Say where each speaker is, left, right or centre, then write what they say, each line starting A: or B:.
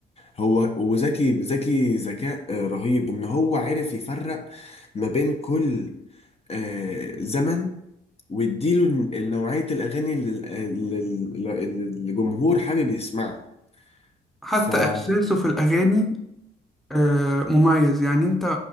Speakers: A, on the left; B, in the centre.
A: هو وذكي ذكي ذكاء آه، رهيب إن هو عرف يفرق ما بين كل آه، زمن ويديله الن- نوعية الأغاني اللي ال- اللي اللي الجمهور حابب يسمعها
B: حتى
A: فحصل
B: احساسه في الاغاني آه، مميز يعني انت